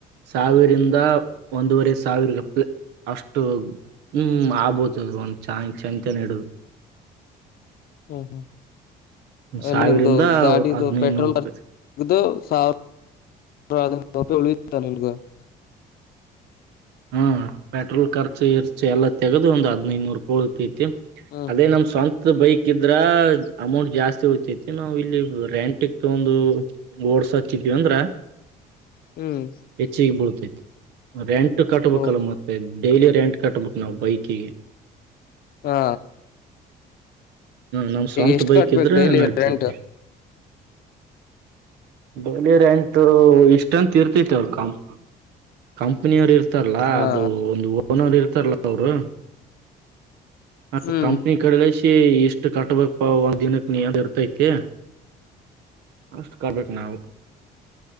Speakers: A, on the right; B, on the left.
A: ಸಾವಿರಿಂದ ಒಂದೂವರೆ ಸಾವಿರ ಅಷ್ಟು ಹ್ಮ್ ಆಗ್ಬೋದು ಒಂದು ಚಾ ಚಂತನ ಹಿಡುದು
B: ಹ್ಮ್ ಹ್ಮ್ ಎಲ್ಲಿ
A: ಸಾವಿರಿಂದ
B: ನಿಂದು ಗಾಡಿದು
A: ಹದ್ನೈದು
B: ಪೆಟ್ರೋಲ್
A: ನೂರು ರೂಪಾಯಿ
B: ಬರ್ <unintelligible>
A: ಹ್ಮ ಪೆಟ್ರೋಲ್ ಖರ್ಚು ಗಿರ್ಚ ಎಲ್ಲಾ ತೆಗೆದು ಒಂದ ಹದನೈದನೂರು ರೂಪಾಯಿ ಉಳತೈತಿ
B: ಹ್ಮ್
A: ಅದೇ
B: ಹ್ಮ್
A: ನಮ್ ಸ್ವಂತ್ ಸ್ವಂತ ಬೈಕ್ ಇದ್ರ ಅಮೌಂಟ್ ಜಾಸ್ತಿ ಉಳಿತೈತಿ ನಾವು ಇಲ್ಲಿ ರೆಂಟ್ ಇ ತಗೋಂದು ಓಡ್ಸ ಕಡ್ವಿ ಅಂದ್ರ
B: ಹ್ಮ್
A: ಹೆಚ್ಚಿಗೆ ಬಿಳಿತೈತಿ ರೆಂಟ್ ಕಟ್ಬೇಕಲ್ಲ
B: ಓ
A: ಮತ್ತೆ ಡೈಲಿ ರೆಂಟ್ ಕಟ್ಬೇಕು ನಾವು ಬೈಕಿಗೆ
B: ಹಾ
A: ನಮ ಸ್ವಂತ
B: ಎಷ್ಟ್
A: ಬೈಕ್
B: ಕಟ್ಬೇಕು
A: ಇದ್ರೆ
B: ಡೈಲಿ
A: ನಡತೈತೆ
B: ರೆಂಟ್
A: ಡೆಲಿ ರೆಂಟ್ ಇಷ್ಟಂತ ಇರ್ತತೆ ಕಾಮ್ ಕಂಪನಿಯ ಅವರು ಇರ್ತಾರಲ್ಲಾ
B: ಹಾ
A: ಅದು ಒಂದು ಓನರ್ ಇರ್ತಾರಲ್ಲ ಅವರು ಹ
B: ಹ್ಮ್
A: ಕಂಪನಿ ಕಡೆಲ್ಲಸಿ ಇಷ್ಟ ಅಷ್ಟ ಕಟ್ ಬೇಕಪಾ ಒಂದ್ ದಿನಕ್ಕೆ ಇರ್ತೈತಿ ಅಷ್ಟು ಕಟ್ಬೇಕ ನಾವ